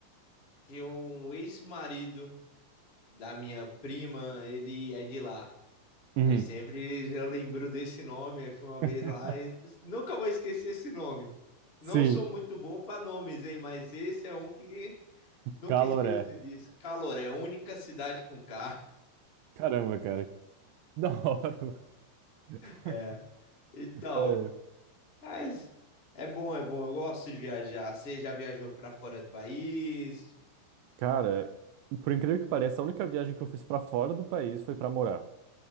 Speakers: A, on the left; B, on the right.
A: tinha um ex-marido da minha prima, ele é de lá.
B: Uhum.
A: Aí sempre eu lembro desse nome, aí fui uma vez
B: <laughs>
A: lá e nunca vou esquecer esse nome. Não
B: Sim,
A: sou muito bom para nomes, hein, mas esse é um que nunca
B: Caloré.
A: esqueço disso. Caloré, única cidade com K. <laughs>
B: Caramba, cara. que <laughs> Da hora, mano. <laughs>
A: É. Então,
B: É,
A: mas é bom, é bom. Eu gosto de viajar. Você já viajou para fora do país?
B: Cara, por incrível que pareça, a única viagem que eu fiz pra fora do país foi pra morar.